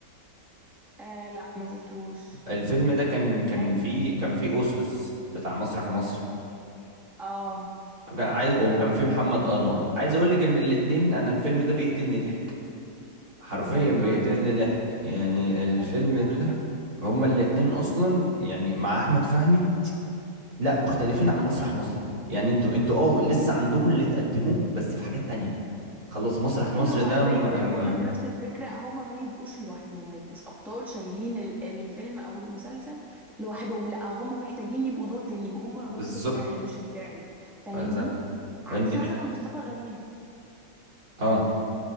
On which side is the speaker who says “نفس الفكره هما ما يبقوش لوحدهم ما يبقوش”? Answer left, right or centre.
Centre